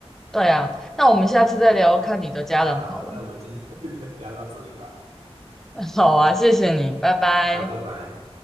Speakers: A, in the centre; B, on the right.
A: 对啊，那我们下次再聊看你的家人好了。
B: 好好，那我们今天 <laughs> 聊到这里吧，
A: <laughs> 好啊，谢谢你，拜拜。
B: 好，拜拜。